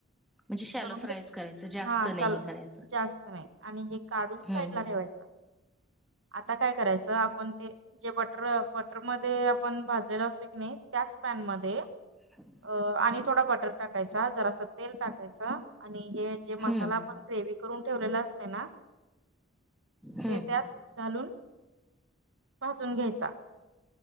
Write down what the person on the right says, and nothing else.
करून
घ्यायच.
हा
चला.
जास्त नाही आणि हे काढून साईड
ला ठेवायच. आता काय करायचं आपण ते जे बटर बटर मध्ये आपण भाजलेलं असतो की नाही. त्याच पॅनमध्येध्ये.
अ आणि थोडा बटर टाकायचा. जरास तेल टाकायच. आणि हे जे मसाला
आपण ग्रेवी करून ठेवलेलं असत ना.
ते त्यात घालून भाजून घ्यायचा.